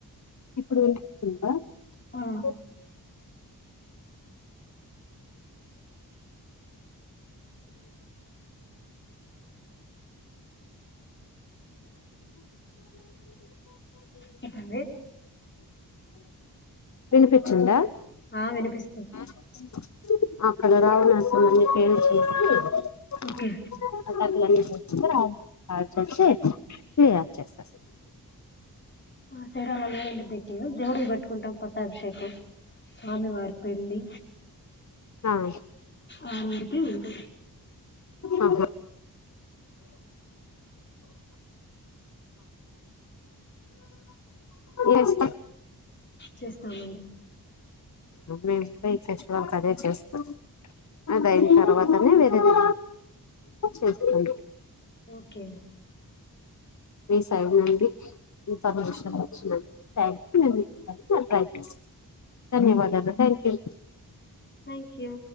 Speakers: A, on the left (about 45°); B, on the left (about 30°).
A: ఇప్పుడు వెలిపిస్తుందా
B: ఆ
A: ఓ
B: చెప్పంది
A: వినిపించిందా
B: హ వినిపిస్తుంది
A: ఆ అక్కడ రావునసలు ఫ <unintelligible>
B: ఓకే
A: వుసి స చెస్త
B: సడ అలా లేం దక్ే దేవుడికి పెట్టుకుాం ప పట్టాభిషేకం స్వామి వారి పెళ్లి
A: ఆా
B: అను ఉఊడితే ఉంట
A: హ ఎస్
B: చేస్తామండి
A: మేము కూడా ఈ ఫెస్టివల్కి అదే చేస్తాం అది అయిన తర్వాతనే వేరే వి చేస్తాం
B: ఓకేండి
A: మీ సైడ్ నుండి ఈ సంతోష వచ్చినం న ధన్యవాదాలు థ్యాంక్ యూ
B: థ్యాంక్ యూ